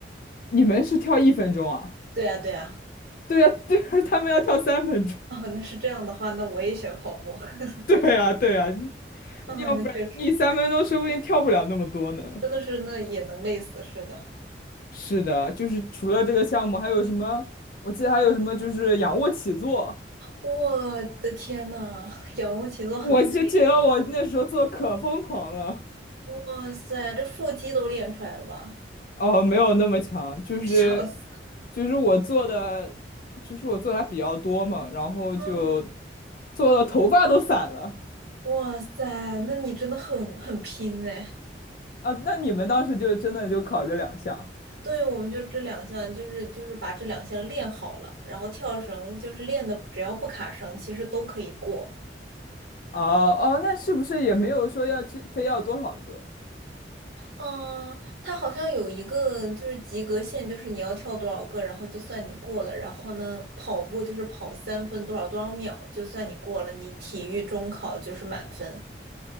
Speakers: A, on the left (about 50°); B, on the right (about 75°).
A: 你们是跳一分钟啊？
B: 对呀，对呀。
A: 对呀，<laughs> 对呀，他们要跳三分钟。
B: 哦，那是这样的话，那我也选跑步。<laughs>
A: <laughs> 对呀，对呀，
B: 啊，
A: 你要不然你三分钟说不定跳不了那么多呢。
B: 那确实，真的是那也能累死，是的。
A: 是的，就是除了这个项目，还有什么？我记得还有什么，就是仰卧起坐，
B: 我的天呐，仰卧起坐很累，
A: 我就觉得我那时候做可疯狂了。
B: 哇塞，这腹肌都练出来了吧？
A: 哦，没有那么强，
B: <laughs>
A: 就是
B: 笑死！
A: 就是我做的，就是我做的还比较多嘛，然后就
B: 嗯，
A: 做到头发都散了
B: 哇塞，那你真的很很拼哎。
A: 啊。那你们当时就真的就考这两项？
B: 对，我们就这两项，就是就是把这两项练好了，然后跳绳就是练的，只要不卡绳，其实都可以过。
A: 哦哦，那是不是也没有说要去非要多少个？
B: 嗯，它好像有一个就是及格线，就是你要跳多少个，然后就算你过了。然后呢，跑步就是跑三分多少多少秒，就算你过了。你体育中考就是满分。